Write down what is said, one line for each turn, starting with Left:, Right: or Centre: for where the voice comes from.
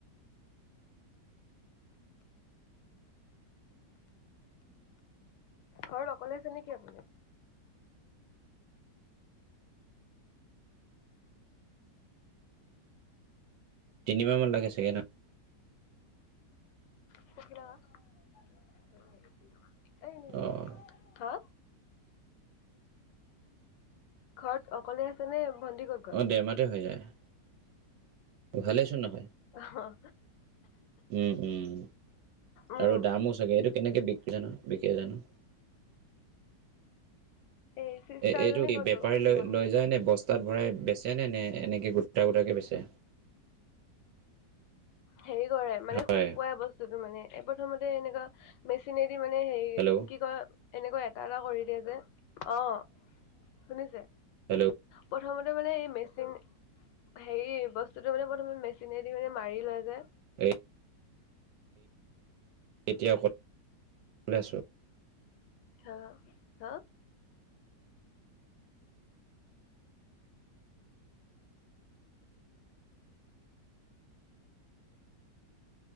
Left: ঘৰত অকলে আছে নেকি আপুনি?
Right: তিনিমাহ মান লাগে চাগে ন?
Left: <unintelligible>
Right: অঁ
Left: হা? ঘৰত অকলে আছে নে, ভণ্টি ক'ত? গ'ল
Right: অ' দেৰ মাহতে হৈ যায়৷ ভালেইচোন নহয়৷
Left: অহ
Right: উম, উম
Left: উম
Right: আৰু দামো চাগে এইটো কেনেকে বিক কৰে জানো-বিকে জানো?
Left: এই চিষ্টাৰজনী
Right: এ এইটো কি
Left: ক'ত
Right: বেপাৰী
Left: গ'ল কৈছো
Right: লৈ
Left: ভণ্টি
Right: লৈ যায় নে বস্তাত ভৰাই বেচে নে, নে এনেকে গোটা গোটাকে বেচে?
Left: হেৰি কৰে মানে
Right: হয়
Left: শুকুৱাই বস্তুটো মানে এই প্ৰথমতে এনেকুৱা মেচিনেদি মানে হেৰি
Right: হেল্ল'
Left: কি কয় এনেকৈ এটা এটা কৰি দিয়ে যে, অ' শুনিছে?
Right: হেল্ল'
Left: প্ৰথমতে মানে এই মেচিন হেৰি বস্তুটো মানে প্ৰথমে মেচিনে দি মানে মাৰি লয় যে
Right: এই এতিয়া ক'ত অকলে আছো?
Left: অ, হা?